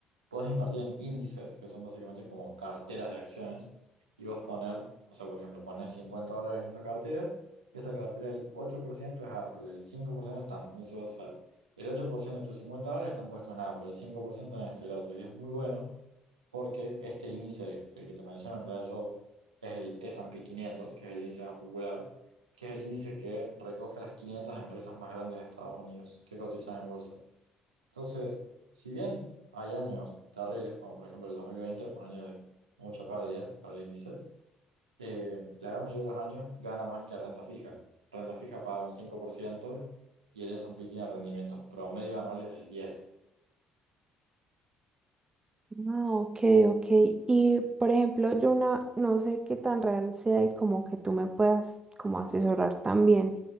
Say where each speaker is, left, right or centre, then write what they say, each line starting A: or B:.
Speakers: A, on the right; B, on the right.
A: Podés invertir en índices, que son básicamente como carteras de acciones, y vos poner, o sea, por ejemplo, pones 50 dólares en esa cartera, y esa cartera el 8% es Apple, el 5% están, no se va a hacer. El 8% de tus 50 dólares están puestos en Apple, el 5% en esto y lo otro, y es muy bueno porque este índice, el que te menciono en realidad yo, es el S and P 500 que es el índice más popular, que es el índice que recoge las 500 empresas más grandes de Estados Unidos que cotizan en bolsa. Entonces, si bien hay años terribles, como por ejemplo el 2020 fue un año de mucha pérdida para el índice, eh, la gran mayoría de los años gana más que renta fija. Renta fija paga un 5% y el S&P tiene rendimientos promedio anuales del 10%.
B: Ah, ok, ok. Y por ejemplo, yo una, no sé qué tan real sea y como que tú me puedas como asesorar también.